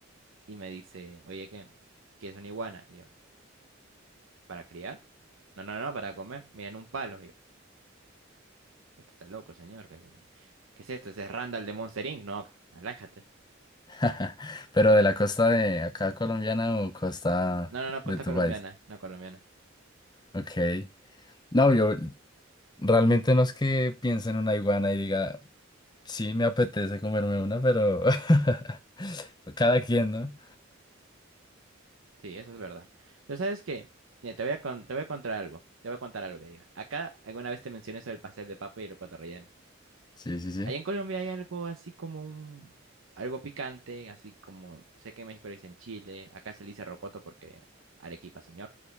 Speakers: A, on the right; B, on the left.
A: y me dice, oye, ¿qué? ¿Quieres una iguana? Y yo, ¿para criar? No, no, no, para comer. Miren un palo. Y yo, esto está loco, señor. ¿Qué, qué es esto? Ese es Randall de Monster Inc. No, alájate.
B: <laughs> Pero de la costa de acá colombiana o costa
A: No, no, no, costa
B: de tu
A: colombiana,
B: país.
A: no colombiana.
B: Ok. No, yo realmente no es que piense en una iguana y diga, sí, me apetece comerme una, pero <laughs> cada quien, ¿no?
A: Sí, eso es verdad. Pero ¿sabes qué? Mira, te voy a, con- te voy a contar algo. Te voy a contar algo que diga. Acá alguna vez te mencioné sobre el pastel de papa y el cotorrelleno.
B: Sí, sí, sí,
A: Allá en Colombia hay algo así como un, algo picante, así como, sé que en México le dicen chile, acá se le dice rocoto porque Arequipa, señor.